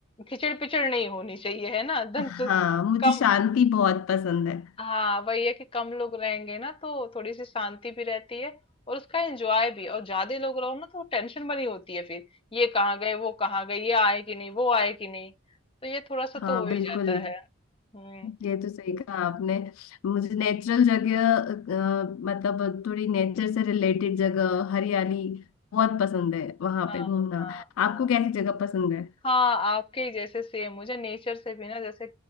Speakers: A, on the left; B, on the left.
A: खिचड़ पिचड़ नहीं होनी चाहिए है ना <laughs> एकदम
B: हाँ
A: से
B: मुझे
A: कम
B: शांति बहुत पसंद है
A: हाँ वही है कि कम लोग रहेंगे ना तो थोड़ी सी शांति भी रहती है और उसका एंजॉय भी और ज्यादा लोग रहो ना तो टेंशन बनी होती है फिर ये कहाँ गए वो कहाँ गए ये आए कि नहीं वो आए कि नहीं तो ये थोड़ा सा
B: हाँ
A: तो हो ही
B: बिल्कुल
A: जाता है हम्म
B: ये तो सही कहा आपने मुझे नेचुरल जगह अ, मतलब थोड़ी नेचर से रिलेटेड जगह हरियाली बहुत पसंद है वहां
A: हाँ
B: पे घूमना
A: हाँ हाँ
B: आपको कैसी जगह पसंद है
A: हाँ आपके ही जैसे सेम मुझे नेचर से भी ना जैसे